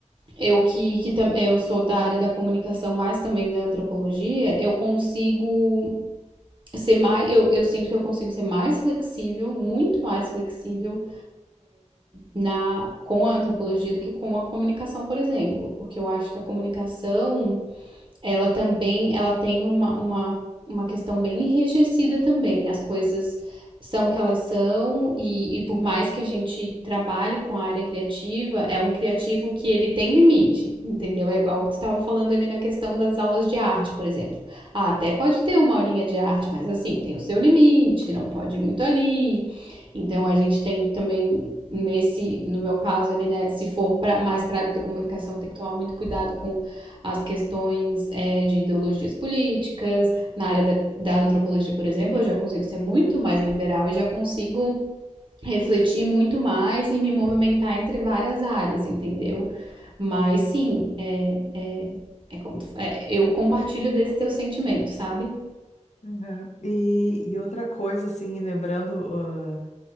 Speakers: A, on the right; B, on the left.
A: eu que, que tam- eu sou da área da comunicação, mas também da antropologia, eu consigo ser mais, eu, eu sinto que eu consigo ser mais flexível, muito mais flexível na com a antropologia do que com a comunicação, por exemplo, porque eu acho que a comunicação ela também, ela tem uma, uma, uma questão bem enrijecida também. As coisas são o que elas são e, e por mais que a gente trabalhe com a área criativa, é um criativo que ele tem limite, entendeu? É igual o que tu estava falando ali na questão das aulas de arte, por exemplo. Ah, até pode ter uma aulinha de arte, mas assim, tem o seu limite, não pode ir muito ali. Então a gente tem também nesse, no meu caso ali, né, se for pra, mais para a área da comunicação, tem que tomar muito cuidado com as questões né, de ideologias políticas, na área da, da antropologia, por exemplo, eu já consigo ser muito mais liberal e já consigo refletir muito mais e me movimentar entre várias áreas, entendeu? Mas sim, é, é como tu- é, eu compartilho desse teu sentimento, sabe?
B: Uhum. E, e outra coisa, assim, lembrando, ah,